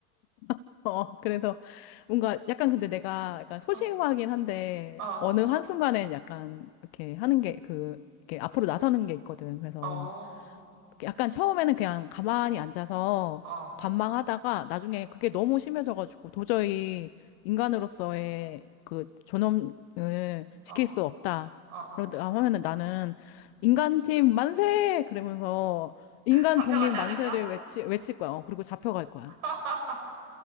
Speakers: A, on the left (about 45°); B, on the right (about 65°).
A: <laughs> 어, 그래서 뭔가 약간 근데 내가 약간 소심하긴
B: 어,
A: 한데,
B: 어,
A: 어느 한순간엔 약간 이렇게 하는 게 그, 이렇게 앞으로 나서는 게 있거든. 그래서
B: 어, 어,
A: 약간 처음에는 그냥 가만히 앉아서
B: 어,
A: 관망하다가 나중에 그게 너무 심해져가지고 도저히 인간으로서의 그 존엄을 지킬
B: 어, 어.
A: 수 없다.
B: 어.
A: 그러다 하면은 나는 인간팀 만세! 그러면서 인간
B: 잡혀가지
A: 독립 만세를
B: 않을까?
A: 외치, 외칠 거야. 어, 그리고 잡혀갈 거야.
B: <laughs>